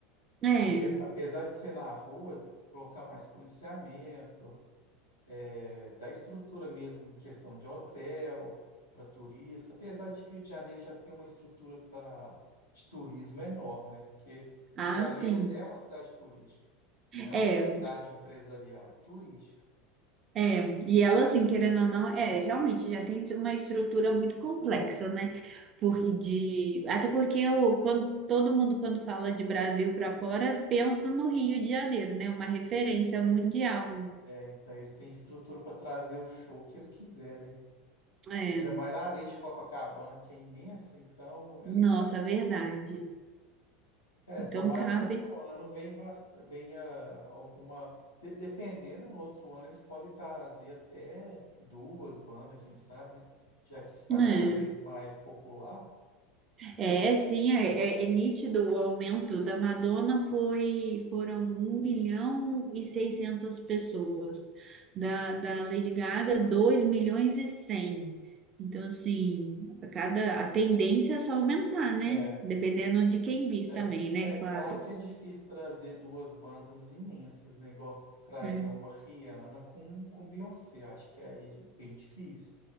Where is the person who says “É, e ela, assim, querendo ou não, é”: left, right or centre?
Right